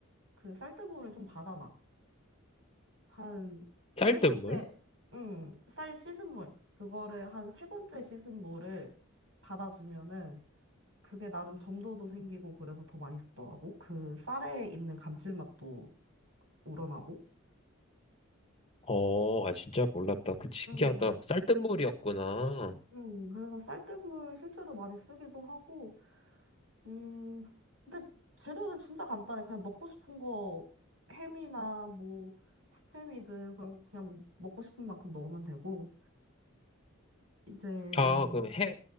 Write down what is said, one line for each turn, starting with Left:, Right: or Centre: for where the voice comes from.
Right: 그 쌀뜨물을 좀 받아놔. 한
Left: 쌀뜨물?
Right: 세 번째, 음, 쌀 씻은 물. 그거를 한 세 번째 씻은 물을 받아두면은 그게 나름 점도도 생기고 그래서 더 맛있더라고. 그 쌀에 있는 감칠맛도 우러나고.
Left: 어, 아, 진짜 몰랐다. 그 신기하다.
Right: 음,
Left: 쌀뜨물이었구나.
Right: 음, 그래서 쌀뜨물 실제로 많이 쓰기도 하고 음, 근데 재료는 진짜 간단해. 그냥 넣고 싶은 거 햄이나 뭐 스팸이든 그런 거 그냥 먹고 싶은 만큼 넣으면 되고 이제
Left: 아, 그럼 햄,